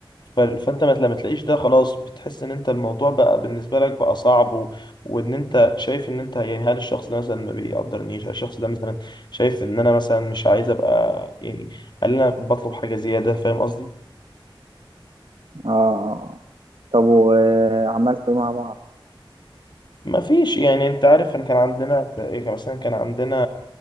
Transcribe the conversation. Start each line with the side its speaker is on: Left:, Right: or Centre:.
Left: ف... فانت ما لما تلاقيش ده خلاص بتحس ان انت الموضوع بقى بالنسبه لك بقى صعب و... وان انت شايف ان انت يعني هل الشخص ده مثلا ما بيقدرنيش هل الشخص ده مثلا شايف ان انا مثلا مش عايز ابقى يعني هل انا بطلب حاجه زياده فاهم قصدي
Right: اه آه. طب وعملت مع بعض
Left: ما فيش يعني انت عارف ان كان عندنا ايه كان مثلا كان عندنا